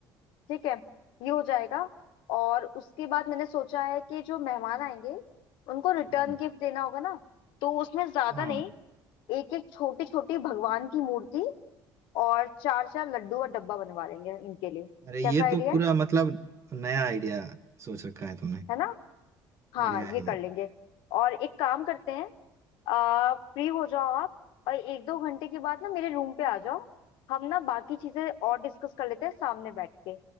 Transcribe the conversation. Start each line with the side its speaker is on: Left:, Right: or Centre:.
Left: ठीक है ये हो जाएगा और उसके बाद मैंने सोचा है कि जो मेहमान आएंगे उनको रिटर्न
Right: हम्म,
Left: गिफ्ट देना होगा ना तो उसमें ज्यादा
Right: हाँ
Left: नहीं एक एक छोटी छोटी भगवान की मूर्ति और चार चार लड्डू और डब्बा बनवा लेंगे उनके लिए
Right: अरे ये
Left: कैसा आइडिया
Right: तो पूरा
Left: है
Right: मतलब नया आइडिया सोच रखा है तुमने
Left: है ना हाँ
Right: बढ़िया है
Left: ये कर
Right: ये।
Left: लेंगे और एक काम करते हैं आ, फ्री हो जाओ आप और एक दो घंटे के बाद ना मेरे रूम पे आ जाओ हम ना बाकी चीजें और डिस्कस कर लेते हैं सामने बैठ के